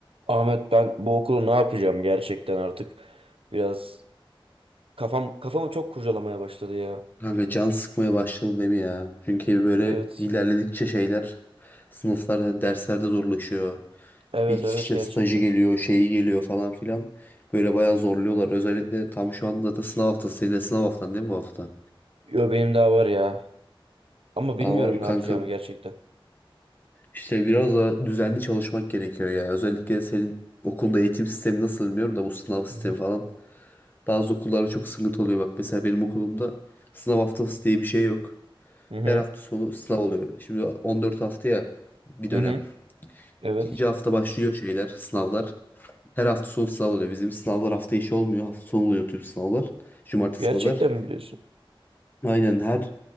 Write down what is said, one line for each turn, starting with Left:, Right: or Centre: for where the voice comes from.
Right: Ahmet ben bu okulu ne yapacağım gerçekten artık biraz kafam kafamı çok kurcalamaya başladı ya.
Left: Kanka can sıkmaya başladı değil mi ya? Çünkü böyle
Right: Evet.
Left: ilerledikçe şeyler sınıflarda, derslerde zorlaşıyor.
Right: Evet
Left: Bir
Right: evet
Left: işte
Right: gerçekten.
Left: stajı geliyor, şeyi geliyor falan filan. Böyle bayağı zorluyorlar. Özellikle tam şu anda zaten sınav haftası. Senin de sınav haftan değil mi bu hafta?
Right: Yo benim daha var ya. Ama bilmiyorum
Left: Daha var mı
Right: ne
Left: kanka?
Right: yapacağımı gerçekten.
Left: İşte biraz da düzenli çalışmak gerekiyor ya. Özellikle senin okulda eğitim sistemi nasıl bilmiyorum da bu sınav sistemi
Right: Hı hı.
Left: falan. Bazı okullarda çok sıkıntı oluyor. Bak mesela benim okulumda sınav haftası diye bir şey yok.
Right: Hı hı.
Left: Her hafta sonu sınav oluyor. Şimdi 14 hafta ya bir dönem.
Right: Hı hı. Evet.
Left: İkinci hafta başlıyor şeyler, sınavlar. Her hafta sonu sınav oluyor. Bizim sınavlar hafta içi olmuyor. Hafta sonu oluyor tüm sınavlar. Cumartesi,
Right: Gerçekten
Left: pazar.
Right: mi biliyorsun?
Left: Aynen her